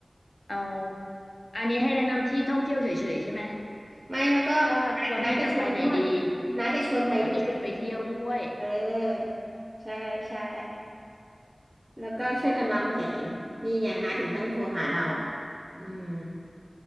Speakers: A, on the left (about 55°); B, on the right (about 20°).
A: เอาอันนี้ให้แนะนำที่ท่องเที่ยวเฉยๆใช่ไหม
B: ไม่แล้วก็
A: ว่าควรที่จะไปไหนดี
B: น้าจะชวนด้วยน้าจะชวนไปด้วย
A: อ๋อจะชวนไปเที่ยวด้วย
B: เออใช่ใช่แล้วก็ช่วยกันวางแผนนี่ไงน้าถึงต้องโทรหาเรา
A: อืม
B: อืม